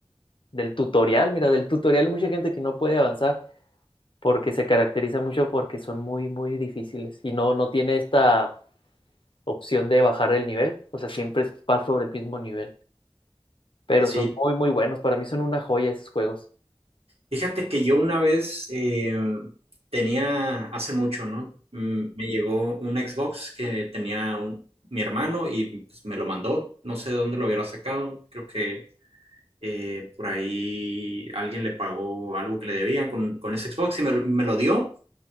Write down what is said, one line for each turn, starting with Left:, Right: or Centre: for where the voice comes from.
Left: del tutorial, mira, del tutorial hay mucha gente que no puede avanzar porque se caracteriza mucho porque son muy, muy difíciles y no, no tiene esta opción de bajar el nivel, o sea, siempre vas sobre el mismo nivel. pero
Right: sí.
Left: son muy, muy buenos. Para mí son una joya esos juegos.
Right: Fíjate que yo una vez eh, tenía, hace mucho, ¿no? Mm, Me llegó un Xbox que tenía un- mi hermano y pues, me lo mandó. No sé de dónde lo hubiera sacado. Creo que eh, por ahí alguien le pagó algo que le debían con, con ese Xbox y me, lo me lo dio.